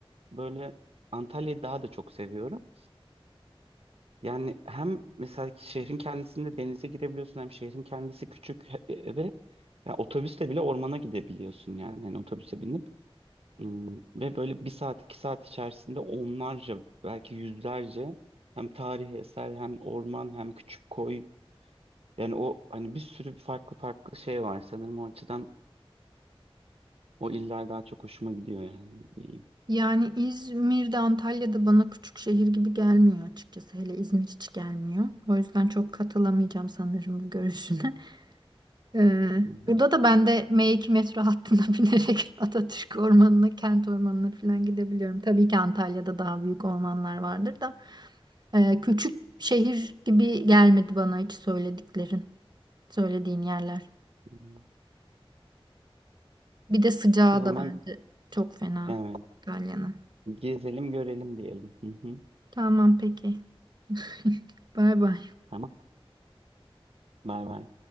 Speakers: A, on the right; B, on the right.
A: Böyle Antalya'yı daha da çok seviyorum. Yani hem mesela ki şehrin kendisinde denize girebiliyorsun hem şehrin kendisi küçük he- e, ve ya otobüsle bile ormana gidebiliyorsun yani hani otobüse binip Hmm, ve böyle bir saat iki saat içerisinde onlarca belki yüzlerce hem tarihi eser hem orman hem küçük koy yani o hani bir sürü farklı farklı şey var sanırım o açıdan o iller daha çok hoşuma gidiyor yani diyeyim.
B: Yani İzmir'de Antalya'da bana küçük şehir gibi gelmiyor açıkçası. Hele İzmir hiç gelmiyor. O yüzden çok katılamayacağım sanırım bu görüşüne. <laughs> Ee,
A: Hı hı,
B: burada da ben de M2 metro hattına <laughs> binerek Atatürk Ormanı'na, Kent Ormanı'na falan gidebiliyorum. Tabii ki Antalya'da daha büyük ormanlar vardır da. Ee, küçük şehir gibi gelmedi bana hiç söylediklerin, söylediğin yerler.
A: hı hı.
B: Bir de sıcağı
A: O zaman
B: da bence çok fena
A: evet,
B: Antalya'nın.
A: gezelim görelim diyelim. Hı hı.
B: Tamam peki. <laughs> Bay bay.
A: Tamam. Bay bay.